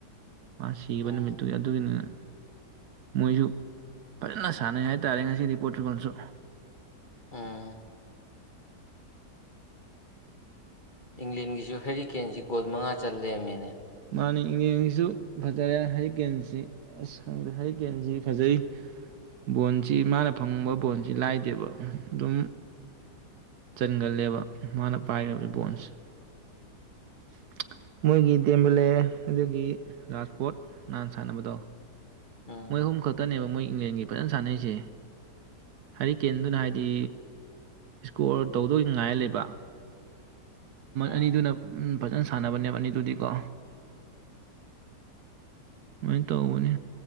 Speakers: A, on the right; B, on the left.
A: ꯃꯥ ꯁꯤꯈꯤꯕ
B: ꯎꯝ
A: ꯅꯨꯃꯤꯠꯇꯨꯒꯤ ꯑꯗꯨꯒꯤꯅꯤꯅ ꯃꯣꯏꯁꯨ ꯐꯖꯅ ꯁꯥꯟꯅꯩ ꯍꯥꯏꯇꯥꯔꯦ ꯉꯁꯤ ꯔꯤ ꯄꯣꯠꯁꯤꯒꯁꯨ
B: ꯑꯥ ꯏꯪꯂꯦꯟꯒꯤꯁꯨ ꯍꯦꯔꯤ ꯀꯦꯟꯁꯤ ꯒꯣꯜ ꯃꯉꯥ ꯆꯜꯂꯔꯝꯃꯦꯅꯦ
A: ꯃꯥꯅ ꯏꯁꯤꯁꯨ ꯐꯖꯔꯦ ꯍꯔꯤ ꯀꯦꯟꯁꯤ ꯑꯁ ꯈꯪꯗꯦ ꯍꯔꯤ ꯀꯦꯟꯁꯤ ꯐꯖꯩ ꯕꯣꯟꯁꯤ ꯃꯥꯅ ꯐꯪꯕ ꯕꯣꯟꯁꯤ ꯂꯥꯏꯗꯦꯕ ꯑꯗꯨꯝ ꯆꯟꯒꯜꯂꯦꯕ ꯃꯥꯅ ꯄꯥꯏꯈ꯭ꯔꯕ ꯏꯕꯣꯟꯁꯦ <inaudible> ꯃꯣꯏꯒꯤ ꯗꯦꯝꯕꯂꯦ ꯑꯗꯨꯗꯒꯤ ꯔꯥꯖꯄꯣꯠ ꯅꯍꯥꯟ ꯁꯥꯟꯅꯕꯗꯣ
B: ꯎꯝ
A: ꯃꯣꯏ ꯑꯍꯨꯝ ꯈꯛꯇꯅꯦꯕ ꯃꯣꯏ ꯏꯪꯂꯦꯟꯒꯤ ꯐꯖꯅ ꯁꯥꯟꯅꯩꯁꯦ ꯍꯥꯏꯔꯤꯀꯦꯟꯗꯨꯅ ꯍꯥꯏꯗꯤ ꯏꯁꯀꯣꯔ ꯇꯧꯗꯣꯏ ꯉꯥꯏꯔ ꯂꯩꯕ
B: ꯎꯝ
A: ꯑꯅꯤꯗꯨꯅ ꯎꯝ ꯐꯖꯅ ꯁꯥꯟꯅꯕꯅꯦꯕꯅꯤ ꯑꯗꯨꯗꯤꯀꯣ ꯂꯣꯏꯅ ꯇꯅꯤ